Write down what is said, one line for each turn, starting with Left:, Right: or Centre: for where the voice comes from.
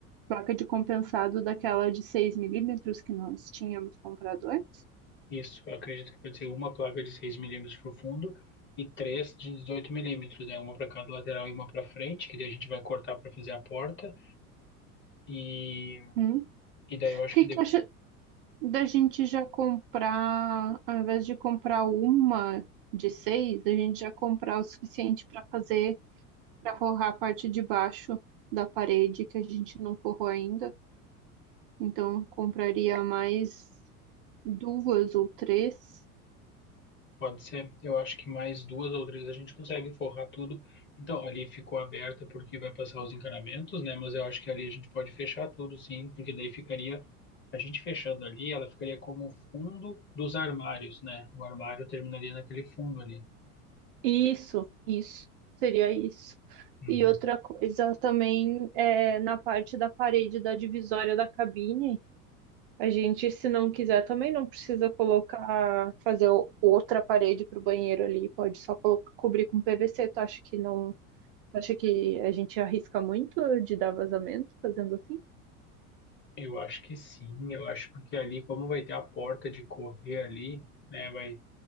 Right: placa de compensado daquela de 6 milímetros que nós tínhamos comprado antes.
Left: Isso, eu acredito que pode ser uma placa de 6 milímetros para o fundo e três de 18 milímetros, né? Uma para cada lateral e uma para frente, que daí a gente vai cortar para fazer a porta. E,
Right: Hum.
Left: e daí
Right: O
Left: eu acho
Right: que
Left: que
Right: que
Left: de-
Right: tu acha da gente já comprar, ao invés de comprar uma de 6, a gente já comprar o suficiente para fazer, para forrar a parte de baixo da parede que a gente não forrou ainda? Então, eu compraria mais duas ou três.
Left: pode ser, eu acho que mais duas ou três a gente consegue forrar tudo. Então, ali ficou aberta porque vai passar os encanamentos, né? Mas eu acho que ali a gente pode fechar tudo, sim, porque daí ficaria, a gente fechando ali, ela ficaria como fundo dos armários, né? O armário terminaria naquele fundo ali.
Right: Isso, isso. Seria isso.
Left: Uhum.
Right: E outra coisa também é na parte da parede da divisória da cabine. A gente, se não quiser, também não precisa colocar, fazer o- outra parede para o banheiro ali. Pode só colo- cobrir com PVC. Tu acha que não? tu Acha que a gente arrisca muito de dar vazamento fazendo assim?
Left: Eu acho que sim, eu acho porque ali, como vai ter a porta de correr ali, né, vai,